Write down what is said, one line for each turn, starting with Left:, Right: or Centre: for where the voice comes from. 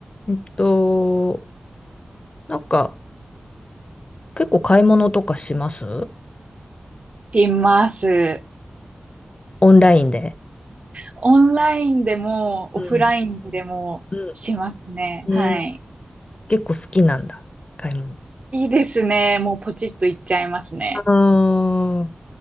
Left: うんと、なんか、結構買い物とかします
Right: します。
Left: オンラインで。
Right: オンラインでも、
Left: うん。
Right: オフラインでもしますね。
Left: うん。
Right: はい。
Left: えー、結構好きなんだ、買い物。
Right: いいですね。もうポチッといっちゃいますね。
Left: ああ、